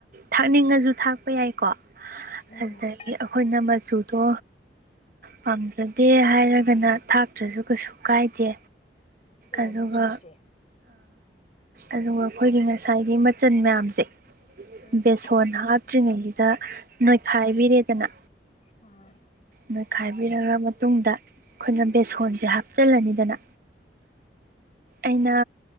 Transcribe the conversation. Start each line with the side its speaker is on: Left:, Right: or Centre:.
Right: ꯊꯥꯛꯅꯤꯡꯉꯁꯨ ꯊꯥꯛꯄ ꯌꯥꯏꯀꯣ
Left: ꯎꯝ
Right: ꯑꯗꯒꯤ ꯑꯩꯈꯣꯏꯅ ꯃꯆꯨꯗꯣ ꯄꯥꯝꯖꯗꯦ ꯍꯥꯏꯔꯒꯅ ꯊꯥꯛꯇ꯭ꯔꯁꯨ ꯀꯩꯁꯨ ꯀꯥꯏꯗꯦ
Left: ꯑꯣ
Right: ꯑꯗꯨꯒ
Left: ꯃꯆꯨꯁꯦ
Right: ꯑꯗꯨꯒ ꯑꯩꯈꯣꯏꯒꯤ ꯉꯁꯥꯏꯒꯤ ꯃꯆꯜ ꯃꯌꯥꯝꯁꯦ
Left: ꯎꯝ
Right: ꯕꯦꯁꯣꯟ ꯍꯥꯞꯇ꯭ꯔꯤꯉꯩꯁꯤꯗ ꯅꯣꯏꯈꯥꯏꯕꯤꯔꯦꯗꯅ
Left: ꯑꯥ
Right: ꯅꯣꯏ ꯈꯥꯏꯕꯤꯔꯔꯕ ꯃꯇꯨꯡꯗ ꯑꯩꯈꯣꯏꯅ ꯕꯦꯁꯣꯟꯁꯦ ꯍꯥꯞꯄꯤ ꯆꯜꯂꯅꯤꯗꯅ ꯑꯩꯅ